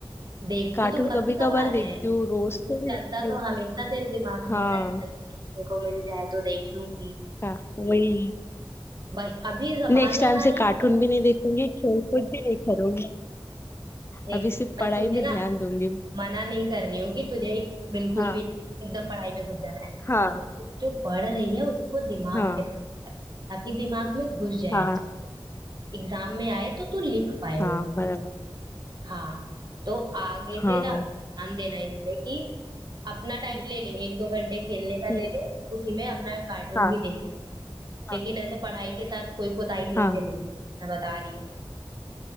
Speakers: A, on the right (about 50°); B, on the left (about 25°).
A: देखती
B: कार्टून
A: तो काफी
B: कभी
A: कभार
B: कभार देखती
A: है
B: हूँ रोज
A: लेकिन
B: थोड़ी
A: चलता
B: देखती
A: तो
B: हूँ
A: हमेशा तेरे दिमाग
B: हाँ
A: में है ना कि कभी देखने को मिल जाए तो देख लूंगी
B: का वही
A: भाई अभी जबान
B: नेक्स्ट
A: लड़ा
B: टाइम
A: रही
B: से
A: है
B: कार्टून
A: तेरे?
B: भी नहीं देखूंगी खेलकूद भी नहीं करूंगी
A: देख
B: अभी सिर्फ
A: मैं
B: पढ़ाई
A: तुझे
B: में
A: ना
B: ध्यान दूंगी
A: मना नहीं कर रही हूँ कि तुझे बिल्कुल
B: हाँ
A: भी एकदम पढ़ाई में घुस जाना है
B: हाँ
A: लेकिन जो पढ़ रही है उसको दिमाग
B: हाँ
A: से पढ़ कर ताकि दिमाग में घुस जाए
B: हाँ
A: अच्छा एग्जाम में आए तो तू लिख पाए
B: हाँ बराबर
A: हाँ तो आगे
B: हाँ
A: से ना ध्यान देना इस पे कि अपना टाइम
B: हम्म,
A: ले ले एक दो घंटे खेलने का
B: हम्म,
A: ले ले उसी में अपना कार्टून
B: हाँ
A: भी देख ले
B: हाँ
A: लेकिन ऐसे पढ़ाई के साथ कोई कोताही नहीं
B: हाँ
A: चलेगी मैं बता रही हूँ